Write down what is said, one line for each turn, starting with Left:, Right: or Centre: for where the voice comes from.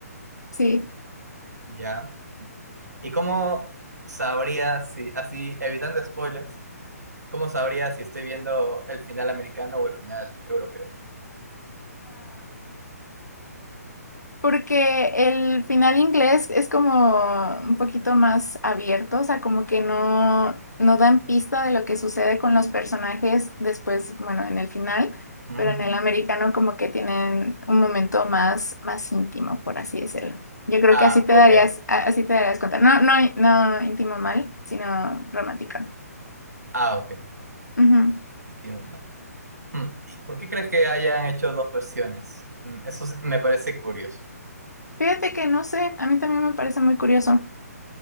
Left: sí.
Right: Ya. ¿Y cómo sabría si, así, evitando spoilers, cómo sabría si estoy viendo el final americano o el final europeo?
Left: Porque el final inglés es como un poquito más abierto, o sea, como que no, no dan pista de lo que sucede con los personajes después, bueno, en el final,
Right: Mm.
Left: pero en el americano como que tienen un momento más, más íntimo, por así decirlo. Yo creo
Right: Ah,
Left: que así te
Right: ok.
Left: darías, a- así te darías cuenta. No, no, no íntimo mal, sino romántico.
Right: Ah, ok.
Left: Ujú.
Right: Tiene un- Mm, ¿Y por qué crees que hayan hecho dos versiones? Mm, Eso s- me parece curioso.
Left: Fíjate que no sé, a mí también me parece muy curioso.